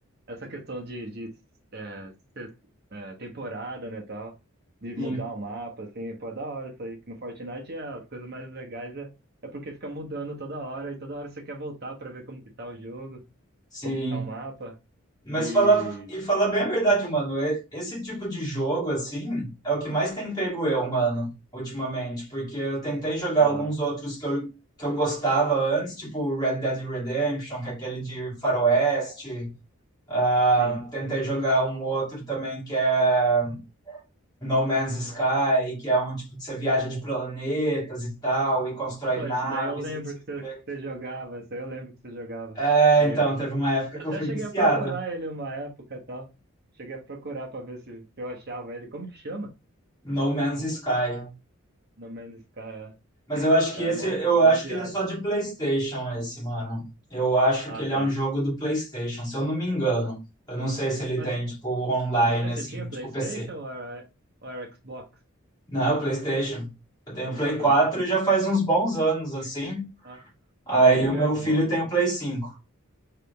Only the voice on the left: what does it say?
Sim,
sim.
Mas
fala, e fala bem a verdade,
mano. e- Esse tipo de jogo, assim, é o que mais tem pego eu, mano, ultimamente. Porque eu tentei jogar
alguns outros que eu, que eu gostava antes, tipo Red Dead Redemption, que é aquele de Faroeste. Ah,
tentei jogar um outro também que é No Man's Sky, que é onde tipo, você viaja de planetas e tal, e constrói
naves
e não sei
o
quê.
É,
então, teve uma época
que eu fui
viciado.
No Man's Sky.
Mas
eu acho
que esse,
eu
acho
que ele é só de PlayStation esse, mano. Eu acho
que ele
é um jogo do PlayStation, se eu não me engano. Eu não sei se ele
tem tipo online
assim,
tipo PC.
Não, PlayStation. Eu tenho Play
4
já
faz uns bons anos assim.
Aí
o
meu filho
tem o Play 5.